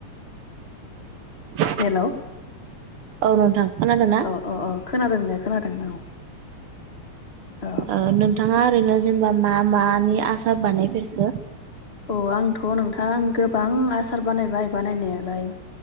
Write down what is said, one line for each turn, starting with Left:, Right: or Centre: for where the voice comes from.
Right: <inaudible>
Left: हेल'
Right: औ नोंथां थांखानादों ना
Left: अ-अ-अ खोनादों दे खोनादों औ औ
Right: ओ नोंथाङा ओरैनो जेनेबा मा मानि आसार बानायफेरखो
Left: अ आंथ' नोंथां गोबां आसार बानायबाय बानायनायालाय